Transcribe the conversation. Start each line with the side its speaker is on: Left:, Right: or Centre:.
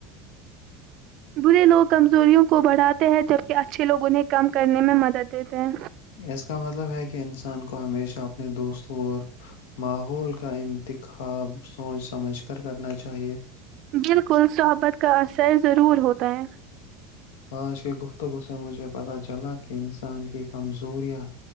Right: برے لوگ کمزوریوں کو بڑھاتے ہیں جبکہ اچھے لوگ انہیں کم کرنے میں مدد دیتے ہیں
Left: اس کا مطلب ہے کہ انسان کو ہمیشہ اپنے دوستوں اور ماحول کا انتخاب سوچ سمجھ کر کرنا چاہیے
Right: بالکل صحبت کا اثر ضرور ہوتا ہے
Left: آج کی گفتگو سے مجھے پتہ چلا کہ انسان کی کمزوریاں